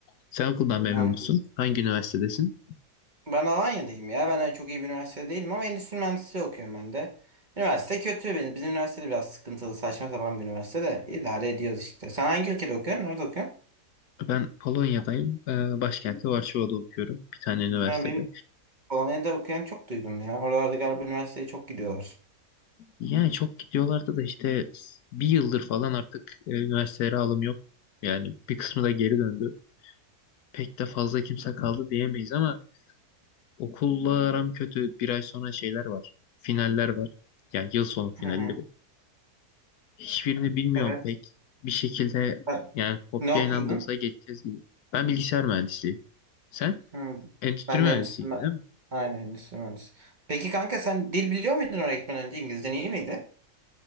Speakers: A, on the left; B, on the right.
A: Sen okuldan memnun
B: Anladım.
A: musun? Hangi üniversitedesin?
B: Ben Alanya'dayım ya. Ben öyle çok iyi bir üniversitede değilim ama endüstri mühendisliği okuyorum ben de. Üniversite kötü benim. Bizim üniversitede biraz sıkıntılı, saçma sapan bir üniversite de idare ediyoruz işte. Sen hangi ülkede okuyorsun? Nerede okuyorsun?
A: Ben Polonya'dayım. Ee, Başkenti Varşova'da okuyorum. Bir tane üniversitede.
B: Ha, benim Polonya'da okuyan çok duydum ya. Oralarda galiba üniversiteye çok gidiyorlar.
A: Yani çok gidiyorlardı da işte s- bir yıldır falan artık e, üniversitelere alım yok. Yani bir kısmı da geri döndü. Pek de fazla kimse kaldı diyemeyiz ama okulla aram kötü. Bir ay sonra şeyler var. Finaller var. Yani yıl sonu finalleri.
B: Hı hı.
A: Hiçbirini bilmiyorum
B: Evet.
A: pek. Bir şekilde
B: Sen
A: yani kopyayla
B: Ne okuyordun?
A: da olsa geçeceğiz gibi. Ben bilgisayar mühendisliği. Sen
B: Hı,
A: endüstri
B: Ben
A: mühendisiydi
B: de endüstri mühendisi.
A: değil mi?
B: Aynen endüstri mühendisi. Peki kanka sen dil biliyor muydun oraya gitmeden önce? İngilizcen iyi miydi?